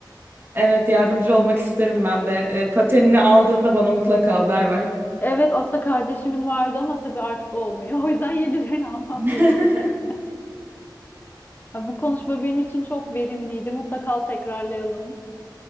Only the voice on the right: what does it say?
Evet yardımcı olmak isterim ben de. E, patenini aldığında bana mutlaka haber ver.
<laughs>